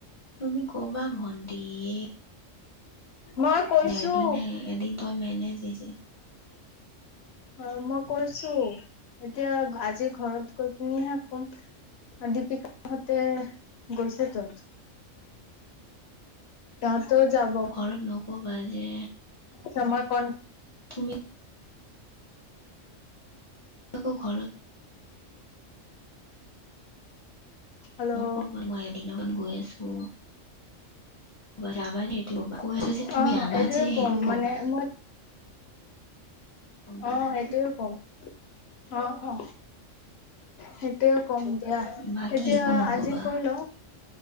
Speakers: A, on the left; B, on the left.
A: তুমি ক'বা ভণ্টিক।
B: মই কৈছো
A: এদিন হে, এদিন ত মেনেজ দিছে।
B: অহ, মই কৈছো এতিয়া, আজি ঘৰত গৈ কিনিহে কম। দীপিকাহতে গৈছে ত। তাহতেও যাব
A: ঘৰত নক'বা যে
B: কমা কন
A: তুমি আকৌ ঘৰত।
B: হেল্ল'
A: ন ক মই এদি ন গৈছো বাৰ আবাৰ হেইটো কৈ আছ যে তুমি
B: অ
A: আহবা
B: এইটোয়ে
A: যে
B: কম
A: হেৰুই কবা
B: মানে মই
A: গম পালানে?
B: অ এইটয়ে কম অ -অ সেইটোৱে কম এতিয়া
A: বাকী
B: এতিয়া
A: একো নক'বা
B: আজি কল